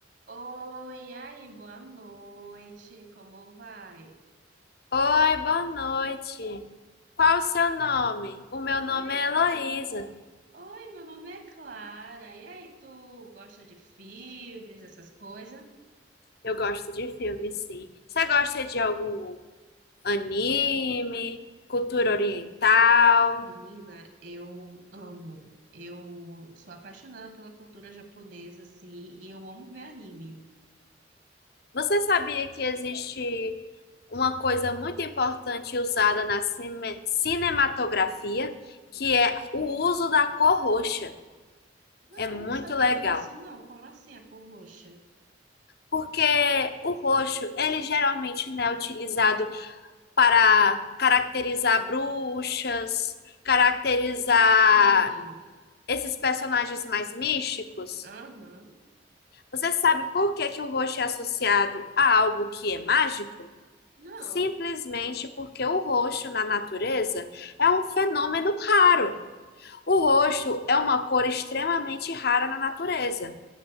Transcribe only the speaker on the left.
Oi, boa noite. Qual o seu nome? O meu
nome
é Heloísa.
Eu gosto de filme, sim. Você gosta de algum anime, cultura oriental?
Você sabia que existe uma coisa muito importante usada na cine- cinematografia, que é o uso da cor roxa?
É muito
legal.
Porque o roxo, ele geralmente não é utilizado para caracterizar bruxas, caracterizar
esses personagens mais místicos.
Você sabe por que que o roxo é associado a algo que é mágico?
Simplesmente porque o roxo na natureza é um fenômeno raro. O roxo é uma cor extremamente rara na natureza.